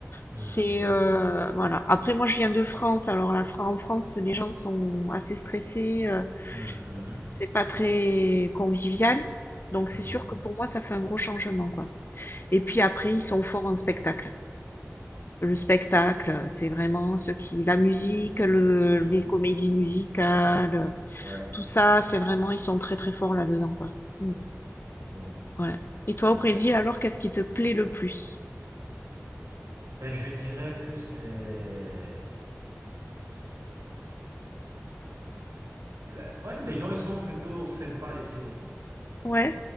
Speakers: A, on the right; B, on the left.
A: Mhm,
B: C'est euh, voilà. Après, moi, je viens de France. Alors, la, Fran- en France, les gens sont assez stressés. euh,
A: mhm,
B: c'est pas très convivial. Donc
A: mhm,
B: c'est sûr que pour moi, ça fait un gros changement, quoi. Et puis après, ils sont
A: Ouais,
B: forts en spectacle. Le spectacle, c'est vraiment ce qui, la musique, le,
A: mhm,
B: les comédies musicales,
A: ouais.
B: tout ça, c'est vraiment, ils sont très très forts là-dedans, quoi. Mm.
A: Bon,
B: Ouais. Et toi, au Brésil,
A: ben, c'est-
B: alors, qu'est-ce qui te plaît le plus?
A: ben, je dirais que c'est... La- Ouais, les gens, ils sont plutôt sympas ici aussi.
B: Ouais,